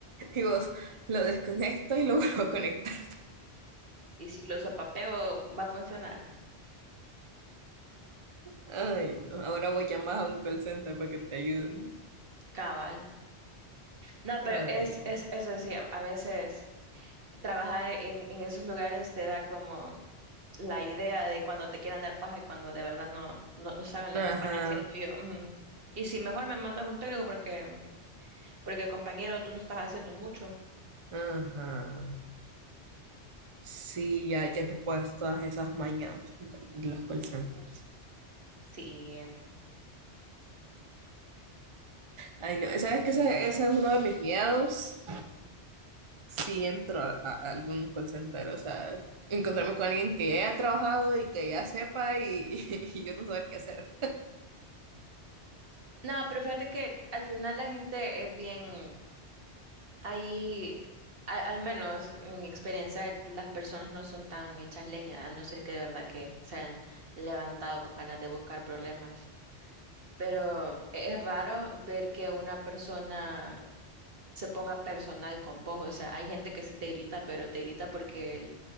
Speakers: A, on the right; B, on the right.
A: Y vos lo desconecto y lo <laughs> vuelvo a conectar.
B: Y si lo sopapeo, va a funcionar.
A: Ay, no. Ahora voy a llamar a un call center para que te ayuden.
B: Cabal. No, pero
A: Ay,
B: es,
A: no.
B: es eso sí, a, a veces trabajar en, en esos lugares te da como la idea de cuando te quieran dar paja y cuando de verdad no, no, no saben
A: Ajá,
B: lo que están haciendo. Y yo, "Mm". Y si mejor me mandas un técnico porque, porque compañero, tú no estás haciendo mucho.
A: ajá. Sí, ya, ya te puedes todas esas mañas de de los call centers.
B: Sí.
A: Ay, no. ¿Sabes que Ese, ese es uno de mis miedos. Si entro a, a- a algún call center, o sea, encontrarme con alguien que ya haya trabajado y que ya sepa y, <laughs> y yo no saber qué hacer.
B: No, pero fíjate que al final la gente es bien, ahí, a- al menos en mi experiencia, las personas no son tan hechas leña, a no ser que de verdad que se hayan levantado con ganas de buscar problemas. Pero e- es raro ver que una persona se ponga personal con vos. O sea, hay gente que sí te grita, pero te grita porque el-